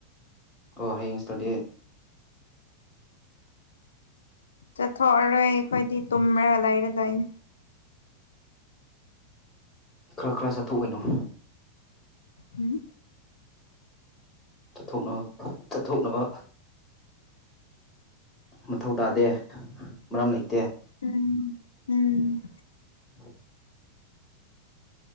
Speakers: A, on the left; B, on the left.
A: ꯑꯣ ꯍꯌꯦꯡ ꯁꯇꯗꯤ
B: ꯆꯠꯊꯣꯛꯑꯔꯣꯏ ꯑꯩꯈꯣꯏꯗꯤ ꯇꯨꯝꯔ ꯂꯩꯔꯗꯣꯏꯅꯤ
A: ꯈꯔ ꯈꯔ ꯆꯠꯊꯣꯛꯏꯅꯣ
B: ꯎꯝ
A: ꯆꯠꯊꯣꯛꯅꯕ ꯆꯠꯊꯣꯛꯅꯕ ꯃꯊꯧ ꯇꯥꯗꯦ ꯃꯔꯝ ꯂꯩꯇꯦ
B: ꯎꯝ ꯎꯝ
A: <inaudible>